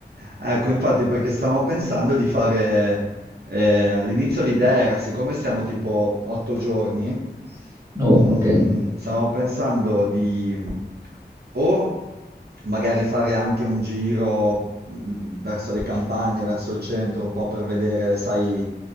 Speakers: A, on the right; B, on the right.
A: Ecco, infatti, perché stavamo pensando di fare, eh, all'inizio l'idea era, siccome siamo tipo otto giorni,
B: Oh,
A: mm,
B: ok. <laughs>
A: stavamo pensando di mm, o magari fare anche un giro mm, verso le campagne, verso il centro, un po' per vedere, sai,